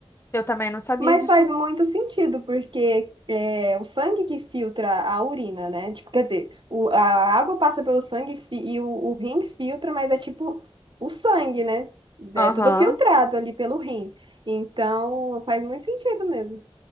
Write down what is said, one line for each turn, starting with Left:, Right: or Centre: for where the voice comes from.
Left: Eu também não sabia
Right: Mas
Left: disso,
Right: faz muito
Left: não.
Right: sentido, porque é o sangue que filtra a urina, né? Tipo, quer dizer, o, a água passa pelo sangue e fi- e o, o rim filtra, mas é tipo o sangue, né? É
Left: Aham,
Right: tudo filtrado ali pelo rim. Então, faz muito sentido mesmo.